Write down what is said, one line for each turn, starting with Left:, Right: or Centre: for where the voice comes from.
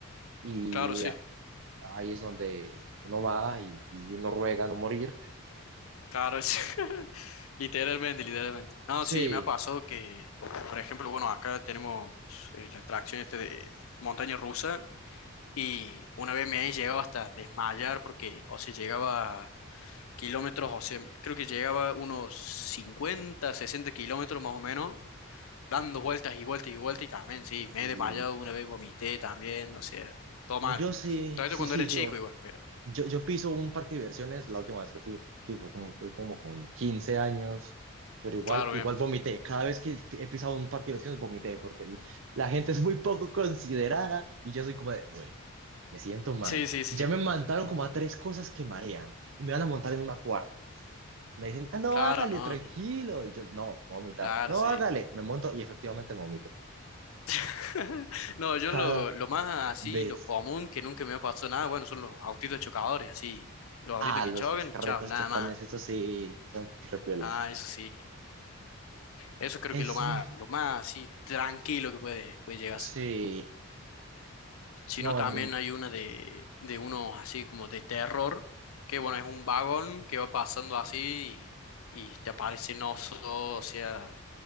Right: y
Left: Claro, sí,
Right: ahí es donde uno va y, y uno ruega no morir.
Left: claro, sí. <laughs> Literalmente, literalmente. No,
Right: Sí,
Left: sí, me ha pasado que, por ejemplo, bueno, acá tenemos eh, la atracción este de montaña rusa Y una vez me he llegado hasta desmayar porque, o sea, llegaba kilómetros, o sea, creo que llegaba unos 50 60 kilómetros más o menos, dando vueltas y vueltas y vueltas y también, sí, me
Right: Y
Left: he desmayado una vez, vomité también, o sea, todo
Right: yo
Left: mal.
Right: sí,
Left: Todo esto
Right: sí,
Left: cuando
Right: sí,
Left: era chico
Right: yo,
Left: igual, pero
Right: yo, yo piso un parque de diversiones la última vez que fui, tipo, como, fui como con 15 años, pero igual,
Left: claro,
Right: igual
Left: bien.
Right: vomité. Cada vez que he pisado un parque de diversiones vomité porque el- la gente es muy poco considerada y yo soy como de, güey, me siento mal.
Left: Sí, sí, sí,
Right: Ya me mandaron como a tres cosas que marean y me van a montar en una cuarta. Me dicen, ah, no,
Left: claro,
Right: hágale,
Left: no,
Right: tranquilo.
Left: no,
Right: Y yo, no, voy a vomitar.
Left: claro,
Right: No,
Left: sí.
Right: hágale. Me monto y efectivamente vomito.
Left: <laughs> No, yo
Right: cada
Left: lo, lo más así,
Right: vez.
Left: lo común que nunca me ha pasado nada, bueno, son los autitos chocadores, así, los autitos
Right: Ah,
Left: que
Right: los,
Left: chocan
Right: los carretos
Left: y chao, nada
Right: chocones,
Left: más.
Right: eso sí, son repiola.
Left: Ah, eso sí. Eso creo
Right: Eso,
Left: que es lo más, lo más así tranquilo que puede, puede llegar
Right: sí.
Left: a ser. Si
Right: No,
Left: no, también
Right: no,
Left: hay una de, de unos así como de terror, que bueno, es un vagón que va pasando así y, y te aparecen osos, o sea,